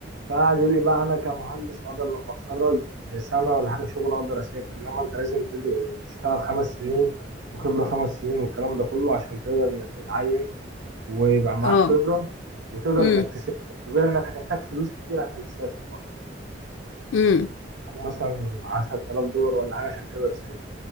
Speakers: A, on the right; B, on the left.
A: فقعد يقول لي بقى انا كمهندس اقدر لما اتخرج سنه ولا حاجه شغل اقدر اسافر انما انت لازم تد- تشتغل خمس سنين وخبره خمس سنين والكلام ده كله عشان تقدر انك تتعين ويبقى معاك
B: اه
A: خبره وتقدر
B: امم
A: انك تسافر وغير انك هتحتاج فلوس كتير عشان تسافر اصلا
B: امم
A: مثلا 10000 دولار ولا حاجه عشان تقدر تسافر